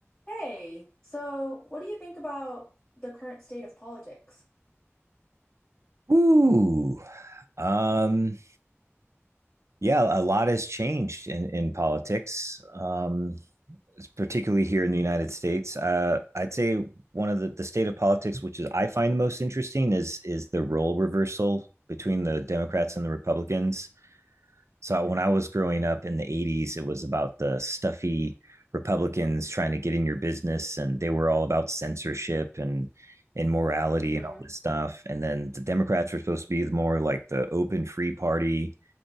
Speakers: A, on the left; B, on the right.
A: Hey, so what do you think about the current state of politics?
B: Ooh, um, yeah, a lot has changed in in politics, um, particularly here in the United States. Uh, I'd say one of the, the state of politics, which is I find the most interesting, is is the role reversal between the Democrats and the Republicans. So when I was growing up in the 80s, it was about the stuffy Republicans trying to get in your business, and they were all about censorship and immorality
A: hmm
B: and all this stuff. And then the Democrats were supposed to be more like the open free party.